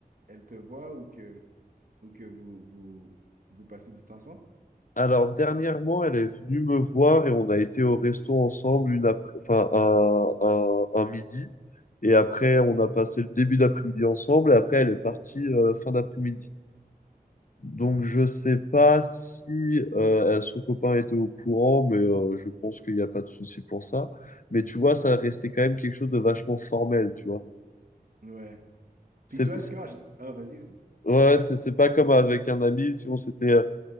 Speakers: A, on the right (about 60°); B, on the left (about 55°).
A: elle te voit ou que, ou que vous, vous, vous passez du temps ensemble?
B: Alors, dernièrement, elle est venue me voir et on a été au resto ensemble une après, enfin, un, un- un midi. Et après, on a passé le début d'après-midi ensemble. Et après, elle est partie euh, fin d'après-midi. Donc, je sais pas si euh, son copain était au courant, mais euh, je pense qu'il n'y a pas de souci pour ça. Mais tu vois, ça restait quand même quelque chose de vachement formel, tu vois.
A: Ouais.
B: C'est,
A: Puis toi, est-ce
B: c'est-
A: que... Ah, vas-y, vas-y.
B: ouais, c'est c'est pas comme avec un ami, si on s'était euh,